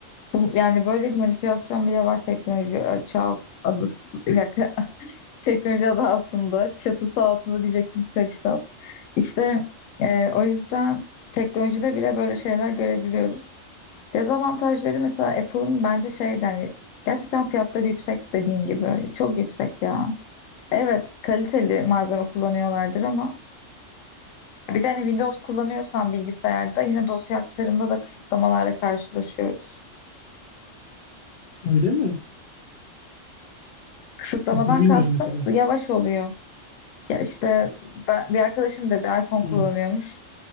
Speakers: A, on the left (about 80°); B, on the left (about 60°).
A: Bu, yani böyle bir manipülasyon bile var teknoloji çağ adı, bir dakika, Teknoloji adı altında, çatısı altında diyecektim karıştı. İşte e, o yüzden teknolojide bile böyle şeyler görebiliyoruz. Dezavantajları mesela Apple'ın bence şeyden hani gerçekten fiyatları yüksek dediğin gibi. Çok yüksek ya. Evet kaliteli malzeme kullanıyorlardır ama bir tane Windows kullanıyorsan bilgisayarda yine dosya aktarımda da kısıtlamalarla karşılaşıyoruz.
B: Öyle mi?
A: Kısıtlamadan
B: Bak bunu bilmiyordum
A: kastım
B: mesela.
A: yavaş oluyor. Ya işte ben, bir arkadaşım dedi iPhone
B: Hmm,
A: kullanıyormuş.